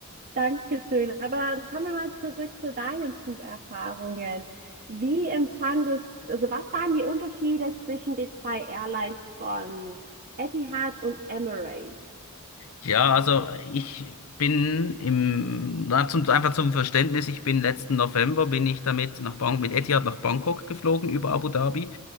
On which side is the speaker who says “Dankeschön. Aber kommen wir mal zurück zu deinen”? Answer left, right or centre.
Right